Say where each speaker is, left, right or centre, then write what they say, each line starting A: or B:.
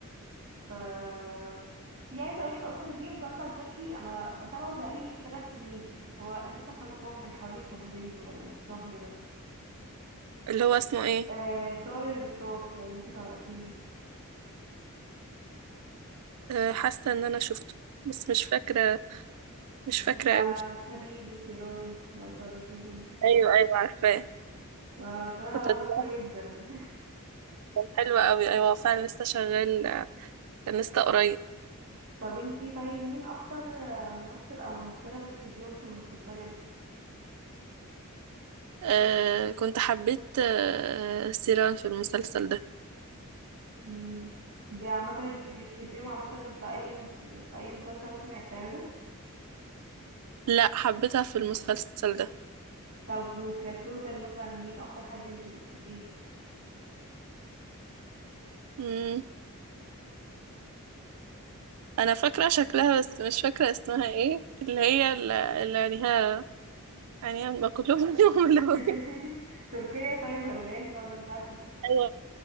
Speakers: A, on the right (about 55°); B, on the right (about 90°).
A: ف في عايزة اقولك اصلا ان في مسلسل تركي انا بتابعه بقالي تلات سنين هو لسه خلصان من حوالي شهرين ولا من شهر بس
B: اللي هو اسمه ايه
A: آه طار الرفراف لو انتي تعرفيه
B: آه، حاسة ان انا شفته بس مش فاكرة مش فاكرة
A: بتاع
B: قوي
A: فريد وسيران لو تعرفيهم
B: ايوه ايوه عارفاه
A: آه، بصراحة
B: كنت تابعته
A: هو تحفة جدا
B: حلوة قوي ايوه هو فعلا لسه شغال كان لسه قريب
A: طب انتي طيب مين اكتر آه، ممثل او ممثلة بتحبيهم في المسلسلات
B: آه كنت حبيت آه سيران في المسلسل ده
A: مم. دي عامة انتي بتحبيهم عامة في اي في اي مسلسل مثلا هي بتعمله
B: لا حبيتها في المسلسل ده
A: طب وكتوتال مثلا مين اكتر حد انتي بتحبيه
B: مم. انا فاكره شكلها بس مش فاكره اسمها ايه اللي هي ال- اللي عينيها عينيها ما كلهم <laughs> فيهم ملونين
A: <laughs> تركيا طيب ولا ايه عشان اقدر اساعدك
B: ايوه